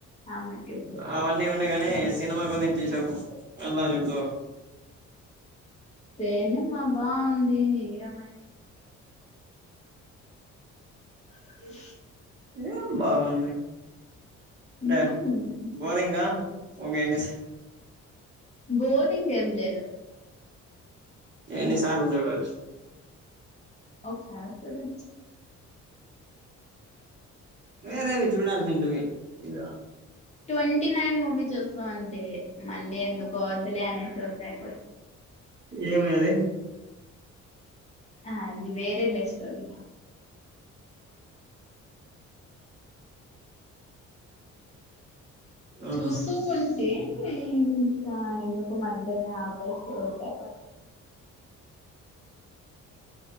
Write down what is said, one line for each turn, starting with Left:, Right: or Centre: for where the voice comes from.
Left: ఆమెకే మప్పుడు
Right: అవన్నీ ఉన్నాయి గాని సినిమా గురించి చెప్పు ఎలా చెప్తువ్
Left: సినిమా బాగుంది ఏమై అ
Right: ఎం బాగుంది అంటే
Left: బాగుంది
Right: బోరింగా ఒకే ఎన్నిసా
Left: బోరింగ్ ఏం లేదు
Right: ఎన్ని సార్లు చూడొచ్చు
Left: ఒకసారి చూడొచ్చు
Right: వేరే వి చూనాసింట మీర
Left: ట్వంటీ నైన్ మూవీ చూస్తా అంటే మళ్ళీ ఎందుకు వద్దలే అనే చూతాయి
Right: ఏమయినది
Left: ఆ అది వేరెలె స్టోరీ
Right: ఆహా
Left: చూస్తూ ఉంటే ఇంకా ఎందుకు మధ్యలోనే ఆపేసి ఊరికే ఒకదా